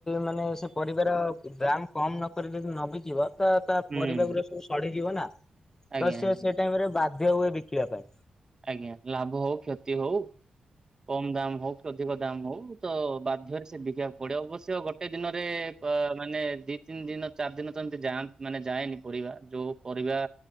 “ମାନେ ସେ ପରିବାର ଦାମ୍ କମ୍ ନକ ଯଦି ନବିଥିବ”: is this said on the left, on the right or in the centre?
Left